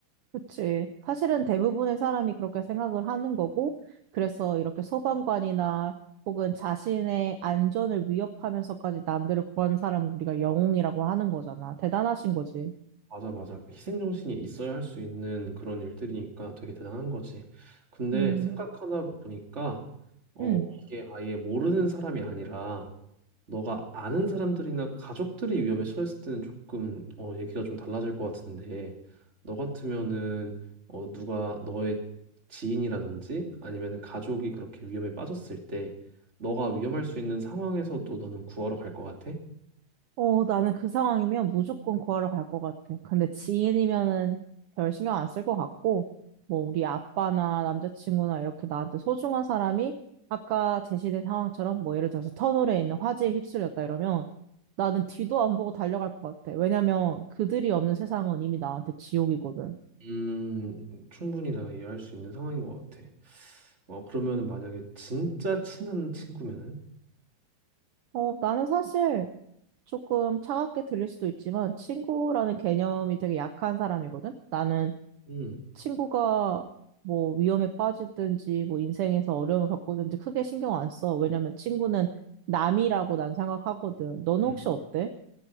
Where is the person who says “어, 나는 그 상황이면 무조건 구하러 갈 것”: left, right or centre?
Right